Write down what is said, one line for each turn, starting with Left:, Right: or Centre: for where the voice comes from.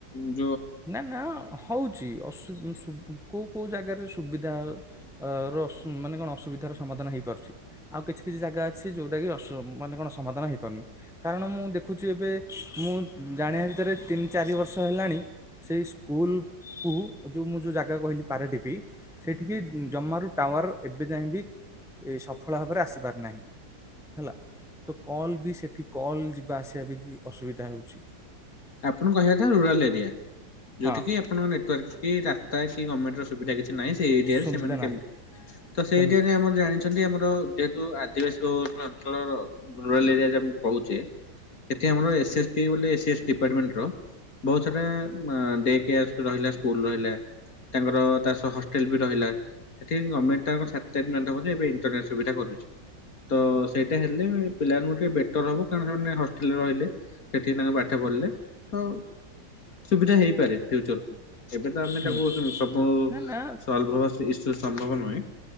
Left: ଉ
Centre: ନା ନା ହଉଛି ଅସୁ ବୁସୁବୁ କୋଉ କୋଉ ଜାଗାରେ ସୁବିଧା ହେଲ ଅ ର ଅସ ମାନେ କଣ ଅସୁବିଧାର ସମାଧାନ ହେଇପାରୁଛି। ଆଉ କିଛି କିଛି ଜାଗା ଅଛି ଯୋଉଟା କି ଅସୁମ୍ ମାନେ କଣ ସମାଧାନ ହେଇପାରୁନି। କାରଣ ମୁଁ ଦେଖୁଛି ଏବେ ମୁଁ ଜାଣିବା ଭିତରେ ତିନି ଚାରି ବର୍ଷ ତ ହେଲାଣି ସେଇ ସ୍କୁଲକୁ ଯୋଉ ମୁଁ ଯୋଉ ଜାଗା କହିଲି ପାରାଢିପି ସେଠିକି ଜମାରୁ ଟାୱାର ଏବେ ଯାଇ ବି ସଫଳ ଭାବରେ ଆସିପାର ନାହିଁ। ହେଲା ତ କଲ ବି ସେଠି କଲ ଯିବା ଆସିବା ପାଇଁ ଅସୁବିଧା ହଉଛି।
Left: ଆପଣଙ୍କୁ କହିବାଥା ରୁରାଲ ଏରିଆ ଯୋଉଠି
Centre: ହଁ
Left: କି ଆପଣଙ୍କ ନେଟାର୍କ କି ରା ପ୍ରାୟ ସେ ଗମେଣ୍ଟ ର ସୁବିଧା କିଛି ନାହିଁ। ସେଇ ଏରିଆରେ
Centre: ସୁବିଧା
Left: ସେମାନେ କେମିତି
Centre: ନାହିଁ
Left: ତ ସେଇ
Centre: ସେମିତି
Left: ଏରିଆରେ ଆମର ଜାଣିଛନ୍ତି ଆମର ଯେ ଜୁ ଆଦିବାସୀ ବହୁ ଅଞ୍ଚଳ ରୁରାଲ ଏରିଆ ଯେମିତି କହୁଛେ ସେଠି ଆମର ଏସ୍ ଏସ୍ ଟି ବୋଲି ଏ ଏସ୍ ଷ୍ଟି ଦିପାଟମେଣ୍ଟର ବହୁତ ସାରା ଆ ଡେ କେୟାର ରହିଲା ସ୍କୁଲ୍ ରହିଲା। ତାଙ୍କର ତା ସହ ହଷ୍ଟେଲ ବି ରହିଲା ସେଠି ଗମେଣ୍ଟ <unintelligible> ଏବେ ଇରନଟ ସୁବିଧା କରୁନ <inaudible> ତ ସେଇଟା ହେଲେ ପିଲାଙ୍କୁ ଟିକେ ବେଟର ହବ କାରଣ ସେ ହଷ୍ଟେଲରେ ରହିଲେ ସେଠି ତାଙ୍କେ ବା ପାଠ ପଢିଲେ ତ ସୁବିଧା ହେଇପାରେ ଫ୍ୟଚରକୁ ଏବେ ତ ଆମେ
Centre: ହୁଁ
Left: ତାକୁ ସବୁ
Centre: ନା ନା
Left: ସଲଭ ହବା ଇସୁ ସମ୍ଭବ ନୁହେଁ